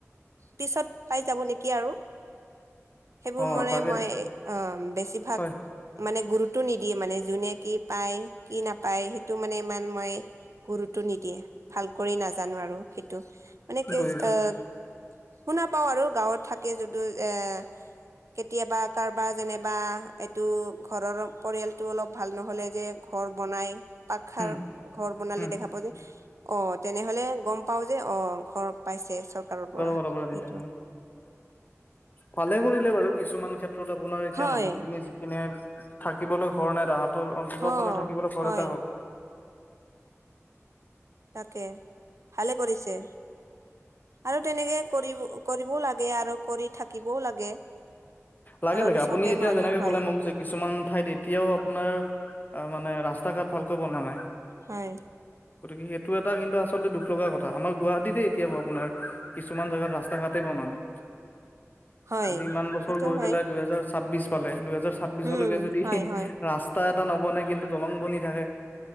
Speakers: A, on the right; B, on the left.
A: পিছত পাই যাব নেকি আৰু। সেইবোৰ
B: অ
A: মান
B: তাকে
A: মই অ', বেছিভাগ
B: হয়
A: মানে গুৰুত্ব নিদিয়ে মানে যোনে কি পায় কি নাপায় সেইটো মানে ইমান মই গুৰুতটো নিদিয়ে ভাল কৰি নাজানো আৰু সেইটো মানে কি
B: বুজিছো
A: আহ শুনা পাওঁ আৰু গাঁৱত থাকে যদিও এ কেতিয়াবা কাৰোবাৰ যেনিবা এইটো ঘৰৰ পৰিয়ালতটো অলপ ভাল নহ'লে যে ঘৰ বনাই পাক খাৰ
B: উম
A: ঘৰ বনালে
B: উম
A: দেখা পা যে অ', তেনেহলে গম পাও যে অ', ঘৰ পাইছে চৰকাৰৰ পৰা
B: ফালৰ দিলে
A: এইটো।
B: অ ভালে কৰিলে বাৰু কিছুমান ক্ষেত্ৰত আপোনাৰ এতিয়া
A: হয়
B: মানুহখিনি যিখিনে থাকিবলৈ ঘৰ নাই তাহাঁতৰ অন্ততঃ
A: অ
B: থাকিবলৈ ঘৰ
A: হয়
B: এটা হ'ল।
A: তাকে ভালে কৰিছে। আৰু তেনেকে কৰিব কৰিবও লাগে আৰু কৰি থাকিবও লাগে।
B: লাগে
A: কাৰণ
B: লাগে
A: চবে
B: আপুনি এতিয়া
A: মানুহ
B: যেনেকে
A: হয়
B: ক'লে মোক যে কিছুমান ঠাইত এতিয়াও আপোনাৰ অ', মানে ৰাস্তা ঘাট ভালকৈ বনা নাই।
A: হয়।
B: গতিকে সেইটো এটা কিন্তু আচলতে দুখ লগা কথা আমাৰ গুৱাহাটীতে এতিয়া ব আপোনাৰ কিছুমান জাগাত ৰাস্তা ঘাটে জ নাই।
A: হয়।
B: আজি ইমান বছৰ গৈ
A: হয়
B: পেলাই দুহেজাৰ ছাব্বিশ পালে দুহেজাৰ ছাব্বিশলৈকে
A: উম
B: যদি
A: হয় হয়
B: ৰাস্তা এ টা নবনে কিন্তু দলং বনি থাকে